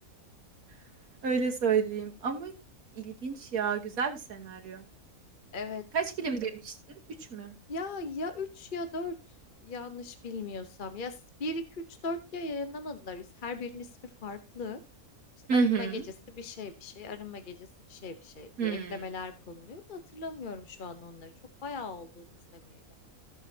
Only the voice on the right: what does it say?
<laughs> Öyle söyleyeyim. Ama ilginç ya, güzel bir senaryo.
Kaç film demiştin? Üç mü?
Hı
hı.
Hmm.